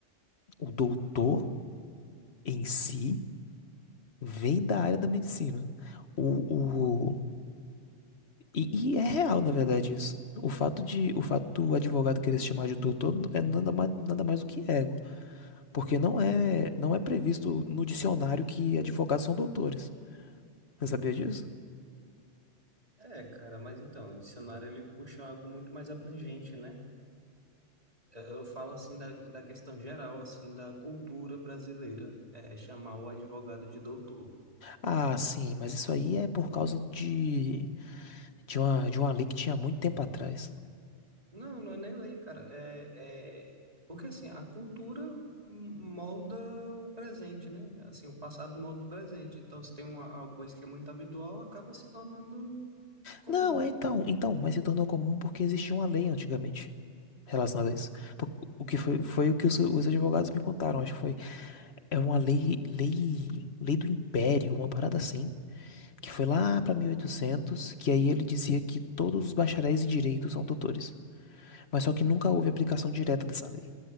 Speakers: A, on the left; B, on the right.
A: o doutor em si vem da área da medicina. O, o, e, e é real, na verdade, isso. O fato de, o fato do advogado querer se chamar de doutor é nada mais, nada mais do que ego, porque não é, não é previsto no dicionário que advogados são doutores. Você sabia disso?
B: É, cara, mas então, o dicionário ele puxa algo muito mais abrangente, né? Eu, eu falo assim da, da questão geral, assim, da cultura brasileira, é chamar o advogado de doutor.
A: Ah, sim, mas isso aí é por causa de De uma, de uma lei que tinha muito tempo atrás.
B: Não, não é nem lei, cara. É, é... Porque assim, a cultura molda o presente, né? Assim, o passado molda o presente. Então, se tem uma, uma coisa que é muito habitual, acaba se tornando comum.
A: Não, é então, então, mas se tornou comum porque existia uma lei antigamente relacionada a isso. Por- O que foi, foi o que os, os advogados me contaram, acho que foi. É uma lei, lei, lei do Império, uma parada assim, que foi lá pra 1800, que aí ele dizia que todos os bacharéis em direito são doutores. Mas só que nunca houve aplicação direta dessa lei.